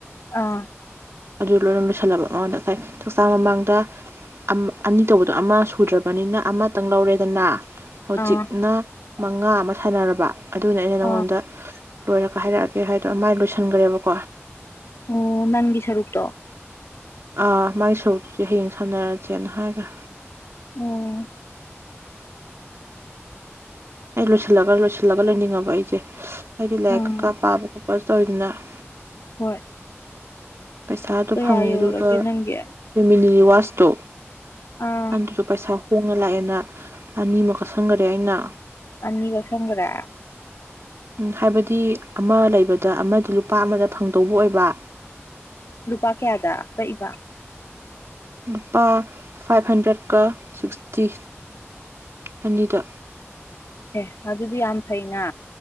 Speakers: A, on the left; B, on the right.
A: ꯑꯥ
B: ꯑꯗꯨ ꯂꯣꯏꯅ ꯂꯣꯏꯁꯤꯜꯂꯕ ꯃꯉꯗ ꯉꯁꯥꯏ ꯆꯥꯛꯆꯥ ꯃꯃꯥꯡꯗ ꯑꯅꯤ ꯇꯧꯕꯗꯣ ꯑꯃ ꯁꯨꯗ꯭ꯔꯕꯅꯤꯅ ꯑꯃꯇꯪ ꯂꯧꯔꯦ ꯑꯗꯨꯅꯥ ꯍꯧꯖꯤꯛꯅ
A: ꯑꯥ
B: ꯃꯉꯥ ꯑꯃ ꯁꯥꯟꯅꯔꯕ ꯑꯗꯨꯅ ꯑꯩꯅ ꯅꯉꯣꯟꯗ
A: ꯑꯥ
B: ꯂꯣꯏ ꯍꯥꯏꯔꯛꯑꯒꯦ ꯍꯥꯏꯗꯣ ꯃꯥꯏ ꯂꯣꯏꯁꯤꯟꯈ꯭ꯔꯦꯕꯀꯣ
A: ꯑꯣ ꯅꯪꯒꯤ ꯁꯔꯨꯛꯇꯣ
B: ꯑꯥ ꯃꯥꯒꯤ ꯁꯔꯨꯇꯨꯁꯦ ꯍꯌꯦꯡ ꯁꯥꯟꯅꯔꯁꯦꯅ ꯍꯥꯏꯈ꯭ꯔꯦ
A: ꯑꯣ
B: ꯑꯩ ꯂꯣꯏꯁꯤꯜꯂꯒ ꯂꯣꯏꯁꯤꯜꯂꯒ ꯂꯩꯅꯤꯡꯉꯕ ꯑꯩꯁꯦ ꯑꯩꯗꯤ ꯂꯥꯏꯔꯤꯛ
A: ꯑꯥ
B: ꯀꯩꯀꯥ ꯄꯥꯕ <unintelligible>
A: ꯍꯣꯏ
B: ꯄꯩꯁꯥꯗꯣ
A: ꯀꯌꯥ
B: ꯐꯪꯉꯦ
A: ꯌꯧꯔꯒꯦ
B: ꯑꯗꯨꯒ
A: ꯅꯪꯒꯤ
B: ꯐꯦꯃꯤꯂꯤ ꯋꯥꯁ ꯇꯣ
A: ꯑꯥ
B: ꯑꯗ ꯇ ꯄꯩꯁꯥ ꯂꯥꯛꯑꯦꯅ ꯑꯅꯤꯃꯀ ꯀꯁꯟꯈꯔꯦ ꯑꯩꯅ
A: ꯑꯅꯤ ꯀꯛꯁꯪꯒ꯭ꯔꯦ
B: ꯍꯥꯏꯕꯗꯤ ꯑꯃ ꯂꯩꯕꯗ ꯑꯃꯗꯤ ꯂꯨꯄꯥ ꯑꯃꯗ ꯐꯪꯗꯧꯕ ꯑꯣꯏꯕ
A: ꯂꯨꯄꯥ ꯀꯌꯥꯗ ꯀꯛꯏꯕ
B: ꯂꯨꯄꯥ ꯐꯥꯏꯚ ꯍꯟꯗ꯭ꯔꯦꯠꯀ ꯁꯤꯛꯁꯇꯤ ꯑꯅꯤꯗ
A: ꯑꯦ ꯑꯗꯨꯗꯤ ꯌꯥꯝ ꯐꯩꯅ